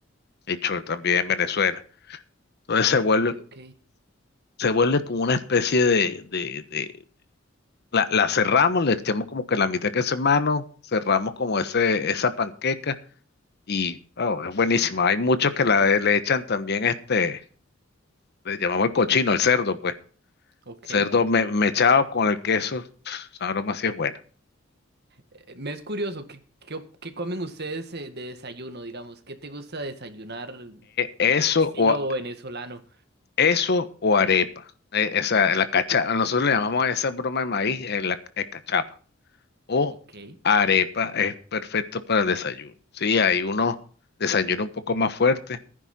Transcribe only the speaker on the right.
ok,
ok,
ok.
Eh, Me es curioso, ¿qué, qué, op- qué comen ustedes eh, de desayuno, digamos? ¿Qué te gusta desayunar
estilo
venezolano?
Ok,